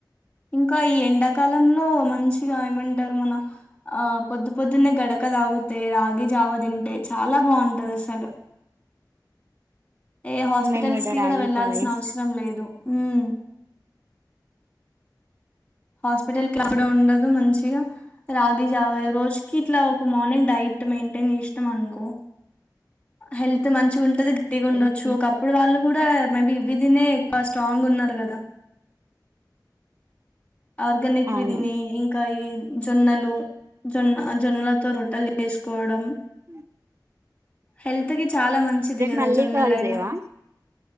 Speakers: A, on the left (about 25°); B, on the right (about 35°).
A: ఇంకా ఈ ఎండాకాలంలో మంచిగా ఏమంటారు. మన ఆ పొద్దు పొద్దున్నే గడక తాగితే రాగి జావ తింటే చాలా బాగుంటది. అసలు ఏ హాస్పిటల్స్
B: మేము
A: కి
B: రాగి
A: కూడా వెళ్లాల్సిన
B: జావ చేస్
A: అవసరం లేదు అవు హాస్పిటల్ కిలా కూడాడ ఉండదు. మంచిగా రాగి జావా రోజుకి ఇట్లా ఒక మార్నింగ్ డైట్ మెయింటైన్ చేస్తాం. అనుకో హెల్త్ మంచి ఉంటది పటిగా ఉండచ్చు
B: ఓకే
A: ఒకప్పుడు వాళ్ళు కూడా మేబి ఇవి తిన ఎక్కువ స్ట్రాంగ్ ఉన్నారు కదా ఆర్గానిక్
B: అవును
A: విధిని ఇంకా ఈ జొన్నలు జొన్న జొన్నలతో రొట్టెలు వేసుకోవడం
B: అ
A: హెల్త్కి చాలా మంచిది కదా
B: మళ్ళీ
A: జొన్నలయినా
B: కాల్ చేయవా